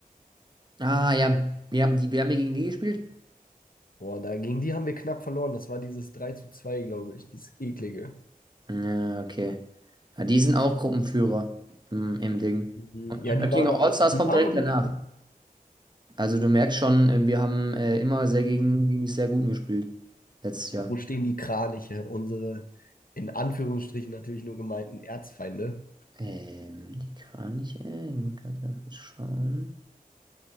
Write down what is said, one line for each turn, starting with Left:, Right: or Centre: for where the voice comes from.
Right: Ah, ja. Wir haben die, wir haben ja gegen die gespielt?
Left: Boah, da, gegen die haben wir knapp verloren. Das war dieses drei zu zwei glaube ich, dieses eklige.
Right: Ja, okay. Ja, die sind auch Gruppenführer im, im Ding.
Left: Mhm.
Right: Und
Left: Ja, die
Right: Oettinger
Left: waren noch
Right: Allstars
Left: nicht, die
Right: kommt
Left: waren
Right: direkt
Left: auch nicht
Right: danach.
Left: schlecht.
Right: Also du merkst schon, äh, wir haben äh, immer sehr gegen, gegen die sehr guten gespielt. Letztes Jahr.
Left: Wo stehen die Kraniche? Unsere, in Anführungsstrichen natürlich nur gemeinten Erzfeinde.
Right: Ähm, die Kraniche, ich muss gerade ganz kurz schauen.